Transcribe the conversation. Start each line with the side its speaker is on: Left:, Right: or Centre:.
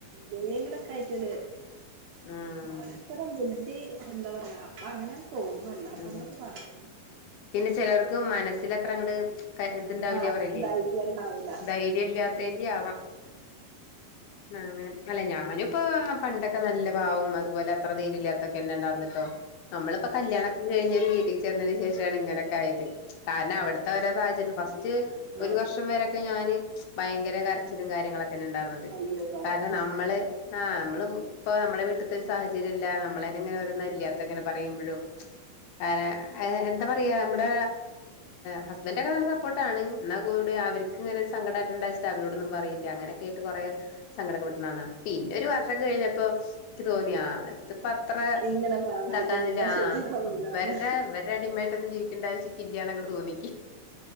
Right: ബേങ്കലൊക്കെ ആയിട്ടൊര്
Left: ആഹ്
Right: ഓരോത്തര ബുദ്ധി എന്താ പറയാ അപ്പൊ അങ്ങനെ തോന്നുന്നു. അപ്പൊ
Left: അതെ
Right: എന്താപ്പ പറയാന്നു
Left: പിന്നെ ചെലവർക്ക് മനസ്സിൽ അത്ര അങ്ങട് ഇതുണ്ടാവില്ലേ
Right: ആ
Left: പറയിലേ
Right: ഇതായിണ്ടാവൂല
Left: ധൈര്യം ഇല്ലാത്തേന്റെ ആവാം അങ്ങനെ അല്ല ഞാനും ഇപ്പോ പണ്ടൊക്കെ നല്ല പാവം അതുപോലെ അത്ര ധൈര്യാല്ലത്ത ണ്ടയിരുന്നിട്ടോ നമ്മളിപ്പോ കല്യാണോക്കെ കഴിഞ്ഞ് ഒരു വീട്ടിൽ ചേന്നതിന് ശേ ഷാണ് ഇങ്ങനെയൊക്കെ ആയത് കാരണം അവിടുത്തെ ഓരോ സാഹചര്യ ഫസ്റ്റ്
Right: ആ
Left: ഒരു വർഷം വരെക്കെ ഞാന് ഭയങ്കര കരച്ചിലും കാര്യങ്ങളൊക്കെ തന്നെ ഉണ്ടാർന്നത്
Right: അയ്യോ പാവം
Left: കാരണം നമ്മള് ആഹ് നമ്മൾ ഇപ്പൊ നമ്മുടെ വീട്ടത്തൊരു സാഹചര്യല്ല നമ്മളെ അങ്ങനെ ഓരോന്ന്
Right: ഉം.
Left: അരിയത്ത ഇങ്ങനെ പറയുമ്പോഴും അര <unintelligible> എന്താ പറയാ നമ്മുടെ ഹസ്ബൻഡ് ഒക്കെ നല്ല സപ്പോർട്ടാണ് എന്നാൽ കൂടി അവർക്ക് ഇങ്ങനെ ഒരു സങ്കടം ഉണ്ടാചിട്ട് അവരോടൊന്നും പറയില്ല അങ്ങനെ കേട്ട് കൊറെ സങ്കട ക്കെ പെട്ടന്നന്നാ പിന്നെ ഒരു വർഷം കഴിഞ്ഞപ്പോ എനിക്ക് തോന്നി ആഹ് അത് പ്പത്ര
Right: ഇങ്ങനെ പാവായിട്ട്
Left: ഇതാക്കന്നില്ല
Right: നിന്നാ
Left: ആഹ്
Right: ശരിയാവൂലാന്ന്
Left: ഇവർടെ ഇവരെ അടിമയി ജീവിക്കേണ്ട ആവശ്യക്കില്ല എന്നങ്ങോട് തോന്നി